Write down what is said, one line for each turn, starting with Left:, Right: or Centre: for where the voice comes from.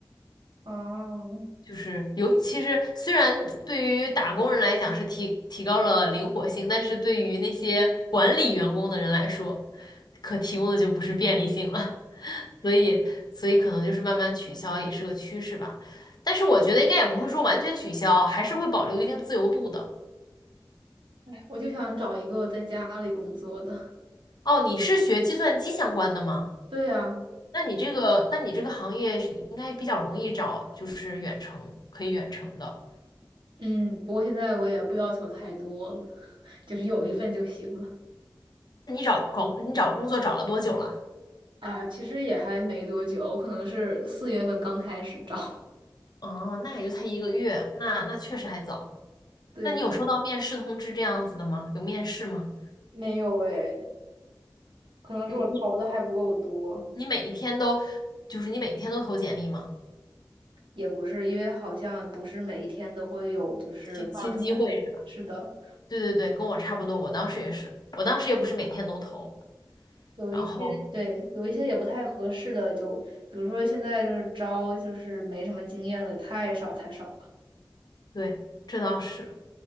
Right: 哦，
Left: 就是有，其实虽然对于打工人来讲是提提高了灵活性，但是对于那些管理员工的人来说，可提供的就不是便利性了。<laughs> 所以，所以可能就是慢慢取消也是个趋势吧。但是我觉得应该也不会说完全取消，还是会保留一定自由度的。
Right: 哎，我就想找一个在家里工作的。<laughs>
Left: 哦，你是学计算机相关的吗？
Right: 对呀，
Left: 那你这个，那你这个行业是应该比较容易找，就是远程可以远程的。
Right: 嗯，不过现在我也不要求太多了，<laughs> 就是有一份就行了。
Left: 嗯，找你找工作找了多久了？
Right: 啊，其实也还没多久，我可能是四月份刚开始找。<laughs>
Left: 哦，那也就才一个月，那那确实还早。
Right: 对呀，
Left: 那你有收到面试通知这样子的吗？有面试吗？
Right: 没有哎，可能是我投的还不够多。
Left: 你你你每一天都，就是你每一天都投简历吗？
Right: 也不是，因为好像不是每一天都会有，就是放出来。
Left: 新新机会是吧？
Right: 是的，
Left: 对对对，跟我差不多，我当时也是，我当时也不是每天都投，
Right: 有一些对，
Left: 然后
Right: 有一些也不太合适的，就比如说现在就是招，就是没什么经验的，太少太少了。
Left: 对，这倒是。